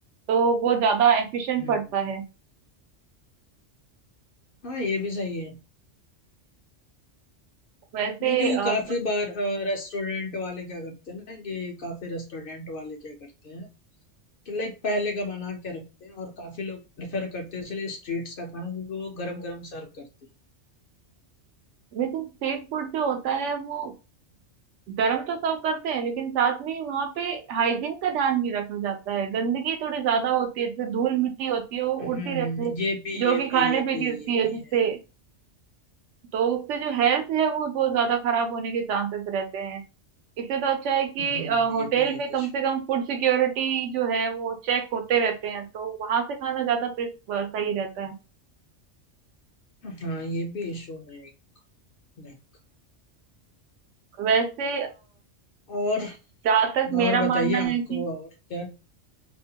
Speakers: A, on the right; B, on the left.
A: तो वो ज्यादा एफिशिएंट
B: हम्म
A: पड़ता है
B: हाँ ये भी सही है
A: वैसे
B: नहीं क्योंकि
A: अ,
B: काफी
A: तो
B: बार रेस्टोरेंट वाले क्या करते हैं ना कि काफी रेस्टोरेंट वाले क्या करते हैं कि लाइक पहले का बना के रखते हैं और काफी लोग प्रेफर करते हैं इसलिए स्ट्रीट्स का खाना क्योंकि वो गरम गरम सर्व करते हैं
A: लेकिन स्ट्रीट फूड जो होता है वो गरम तो सर्व करते हैं लेकिन साथ में वहाँ पे हाइजीन का ध्यान नहीं रखा जाता है गंदगी थोड़ी ज्यादा होती है जैसे धूल मिट्टी होती है वो
B: हम्म
A: उड़ती रहती
B: हम्म,
A: है
B: ये भी
A: जो
B: ये
A: कि
B: भी
A: खाने
B: ये
A: पे
B: भी
A: गिरती
B: ये
A: है
B: भी
A: जिससे
B: है
A: तो उससे जो हेल्थ है वो बहुत ज्यादा खराब होने के चांसेस रहते हैं इससे तो अच्छा है कि
B: हम्म
A: होटल
B: ये भी एक
A: में कम
B: इशू
A: से कम फूड सिक्योरिटी जो है वो चेक होते रहते हैं तो वहां से खाना ज्यादा प्रे- अ, सही रहता है
B: हाँ ये भी इशू है लाइक
A: वैसे
B: और
A: जहाँ तक मेरा
B: और बताइए
A: मानना
B: आपको
A: है कि
B: और क्या